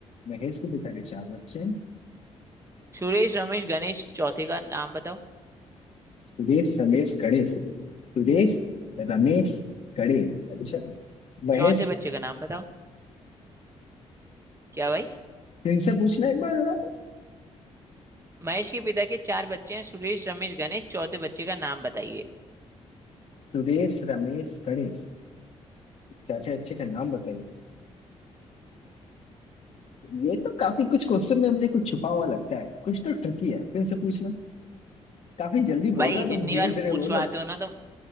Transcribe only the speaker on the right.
सुरेश रमेश गणेश चौथे का नाम बताओ
चौथे बच्चे का नाम बताओ क्या भाई
महेश के पिता के चार बच्चे हैं सुरेश रमेश गणेश चौथे बच्चे का नाम बताइए
भाई
जितनी
बार
पूछवाते
हो ना तो